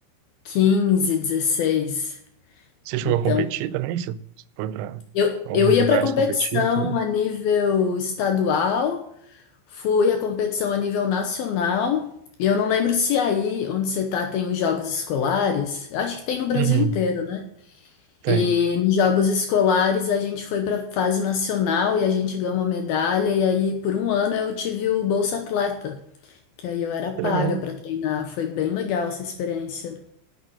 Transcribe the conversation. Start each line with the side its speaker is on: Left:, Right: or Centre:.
Left: 15, 16.
Right: Você chegou
Left: Então,
Right: a competir também? Você foi para
Left: eu,
Right: alguns
Left: eu ia
Right: lugares
Left: para competição
Right: competir, e tudo?
Left: a nível estadual, fui à competição a nível nacional, e eu não lembro se aí onde você tá tem os jogos escolares. Eu acho que tem no Brasil
Right: Uhum,
Left: inteiro, né?
Right: tem.
Left: E nos jogos escolares a gente foi para fase nacional e a gente ganhou uma medalha. E aí por um ano eu tive o Bolsa Atleta, que aí eu era paga
Right: Que legal,
Left: para treinar. Foi bem legal essa experiência.